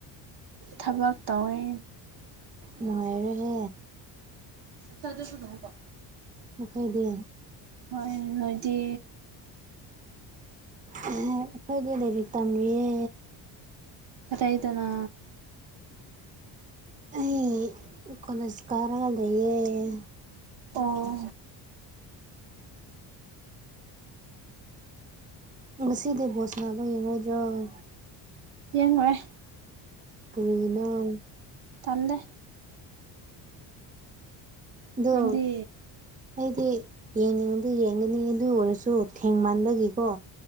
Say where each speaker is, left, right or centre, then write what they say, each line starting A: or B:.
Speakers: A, on the right; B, on the right.
A: ꯊꯕꯛ ꯇꯧꯋꯦ
B: ꯅꯨꯡꯉꯥꯏꯔꯦ ꯍꯦ
A: ꯁꯖꯁꯨ ꯅ ꯄ
B: ꯅꯈꯣꯏꯗꯤ
A: ꯍꯣꯏ ꯅꯣꯏꯗꯤ
B: ꯑꯩꯈꯣꯏꯗꯤ ꯂꯥꯏꯔꯤꯛ ꯇꯝꯂꯤꯌꯦ
A: ꯀꯗꯥꯥꯏꯗꯅꯥ
B: ꯑꯩ ꯀꯣꯏꯅꯁꯀꯔꯥ ꯂꯩ
A: ꯑꯣ
B: ꯉꯁꯤꯗꯤ ꯕꯣꯜ ꯁꯥꯟꯅꯕ ꯌꯦꯡꯉꯣꯏꯗꯔ꯭ꯣ
A: ꯌꯦꯡꯉꯨꯔꯦ
B: ꯀꯅ <unintelligible>
A: ꯇꯜꯦ
B: ꯑꯗꯣ
A: ꯅꯪꯗꯤ
B: ꯑꯩꯗꯤ ꯌꯦꯡꯅꯤꯡꯉꯗꯤ ꯌꯦꯡꯒꯅꯤ ꯑꯗꯨ ꯑꯣꯏꯔꯁꯨ ꯊꯦꯡ ꯃꯟꯕꯒꯤꯀꯣ